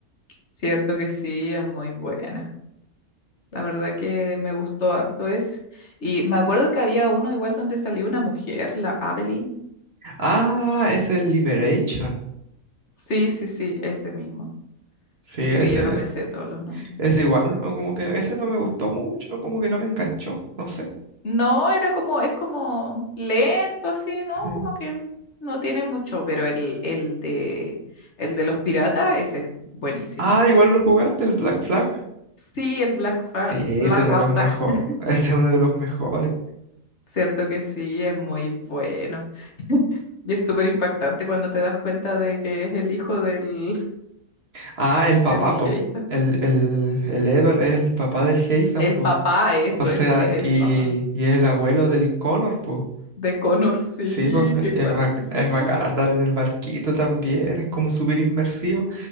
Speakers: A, on the left; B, on the right.
A: Cierto que sí, es muy buena. La verdad que me gustó harto ese. Y me acuerdo que había uno igual donde salió una mujer, la Adeline.
B: Ah, ese es Liberation.
A: Sí, sí, sí, ese mismo.
B: Sí,
A: Viste
B: ese,
A: que yo no me sé todos los nombres.
B: ese igual, o como que ese no me gustó mucho, como que no me enganchó, no sé.
A: No, era como, es como lento así,
B: Sí.
A: ¿no? Como que no tiene mucho, pero el, el de el de los piratas, ese es buenísimo.
B: Ah, igual lo jugaste, el Black Flag.
A: Sí, el Black Fa-
B: Sí, ese
A: Black
B: es uno
A: Lapa.
B: de los mejores.
A: <laughs>
B: <laughs> Ese es uno de los mejores.
A: Cierto que sí, es muy bueno. Y es súper impactante cuando te das cuenta de que es el hijo del,
B: Ah, el papá,
A: Del
B: po.
A: hater.
B: El, el, el Edward es el papá del Heizan,
A: El
B: po.
A: papá, eso,
B: O sea,
A: eso es el
B: y,
A: papá.
B: y es el abuelo del Connor, po.
A: De Connor, sí,
B: Sí, po.
A: qué
B: es,
A: cuático,
B: bac-
A: ¿cierto?
B: es bacán andar en el barquito también. Es como súper inmersivo.